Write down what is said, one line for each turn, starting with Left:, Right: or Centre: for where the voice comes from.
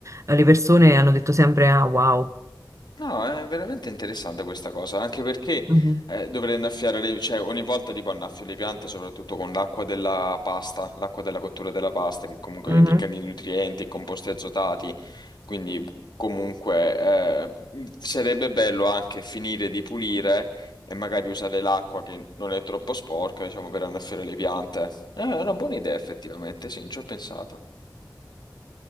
Right: eh, le persone hanno detto sempre: Ah, wow.
Left: No, è veramente interessante questa cosa, anche perché
Right: Mhm.
Left: eh, dovrei annaffiare le, cioè ogni volta tipo annaffio le piante, soprattutto con l'acqua della pasta, l'acqua della cottura della pasta, che comunque
Right: Mhm.
Left: è ricca di nutrienti e composti azotati, quindi comunque eh, sarebbe bello anche finire di pulire e magari usare l'acqua che non è troppo sporca, diciamo, per annaffiare le piante. Eh, è una buona idea effettivamente, sì, non ci ho pensato.